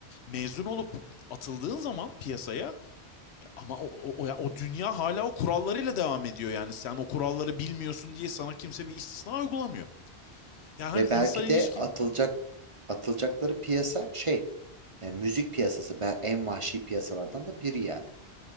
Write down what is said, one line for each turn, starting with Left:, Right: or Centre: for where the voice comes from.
Left: mezun olup atıldığın zaman piyasaya ama o, o, o, ya o dünya hala o kurallarıyla devam ediyor yani. Sen o kuralları
Right: Hı
Left: bilmiyorsun
Right: hı.
Left: diye sana kimse bir istisna uygulamıyor. Yani hani
Right: Ve
Left: insan
Right: belki
Left: ilişki
Right: de atılacak atılacakları piyasa şey e, müzik piyasası Be- en vahşi piyasalardan da biri yani.